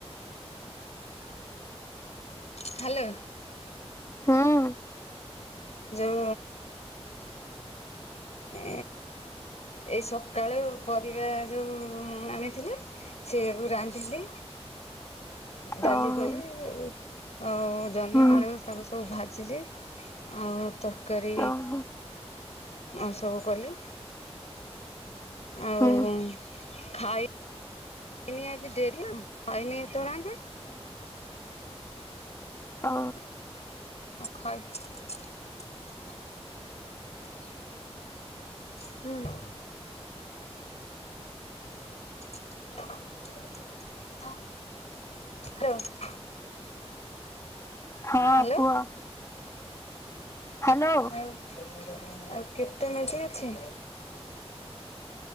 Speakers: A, on the left; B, on the left.
A: ହାଲୋ
B: ହୁଁ
A: ଯୋଉ ଏ ଏଇ ସକାଳୁ ପରିବା ଯୋଉ ଆଣିଥିଲେ ସେଇଆକୁ ରାନ୍ଧିଲି, ଡାଲି
B: ଓହୋ
A: କଲି ଆଉ ଜହ୍ନି
B: ହୁଁ
A: ଆଳୁ ତାକୁ ସବୁ ଭାଜିିଲି। ଆଉ ତରକାରୀ
B: ଓହୋ
A: ଆ ସବୁ କଲି। ଆଉ
B: ହୁଁ
A: ଖାଇ ଏଇନି ଆ କି ଡେରି ନା ଖାଇନି ଏତେ ବେଳ ଆଁକେ
B: ହ
A: ପା ଖାଇ ହୁଁ <unintelligible>
B: ହଁ
A: ହ୍ୟାଲୋ।
B: କୁହ? ହ୍ୟାଲୋ।
A: ଆଉ ଆଉ କେତେ <unintelligible> ଅଛି।